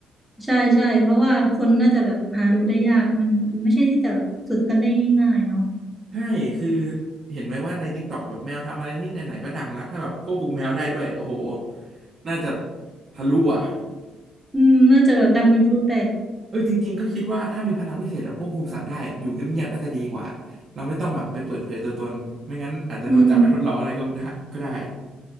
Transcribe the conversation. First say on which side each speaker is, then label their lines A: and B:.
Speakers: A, in the centre; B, on the right (about 50°).
A: ใช่ใช่เพราะว่าคนน่าจะแบบหาดูได้ยากมันแบบมันไม่ใช่ที่จะแบบฝึกกันได้ง่ายๆเนาะ
B: ใช่คือเห็นไหมว่าใน t ิ k กตอกแบบแมวทำอะไรที่ไหนๆก็ดังละถ้าแบบควบคุมแมวได้ด้วยโอ้โหน่าจะทะลุอ่ะ
A: อืมน่าจะแบบดังเป็นพลุแตก
B: เออจริงๆก็คิดว่าถ้ามีพลังพิเศษแบบควบคุมสัตว์ได้อยู่เงียบๆน่าจะดีกว่าเราไม่ต้องแบบไปเปิดเผยตัวตนไม่งั้นอาจจะโดนจับไปทดลองอะไรก็ได้ก็ได้
A: อืม